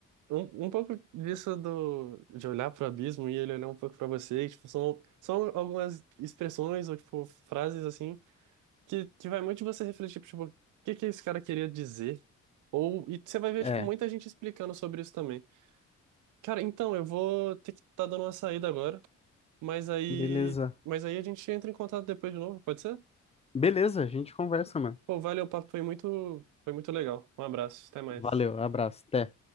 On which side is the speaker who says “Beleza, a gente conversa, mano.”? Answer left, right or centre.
Left